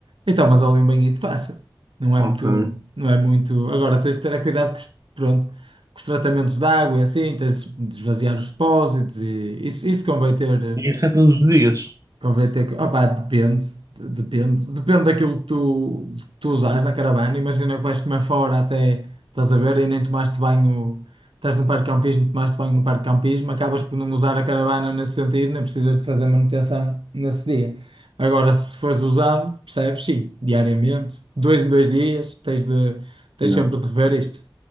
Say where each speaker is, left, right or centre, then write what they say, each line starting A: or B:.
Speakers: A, on the right; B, on the right.
A: e tomas ali um banhito fácil. Não é
B: Ok.
A: muito. Não é muito. Agora tens de ter cuidado com os, pronto, com os tratamentos de água e assim. Tens de esvaziar os depósitos e isso, isso convém ter.
B: E Isso é todos os dias.
A: Convém ter que. Opá, depende, de- depende. Depende daquilo que tu, que tu usares na caravana. Imagina que vais comer fora até estás a ver e nem tomaste banho. Estás no parque de campismo, tomaste banho no parque de campismo, acabas por não usar a caravana nesse sentido, nem precisas de fazer manutenção nesse dia. Agora, se fores usado, percebes? Sim, diariamente, dois em dois dias, tens de, tens
B: Yeah.
A: sempre de rever isto.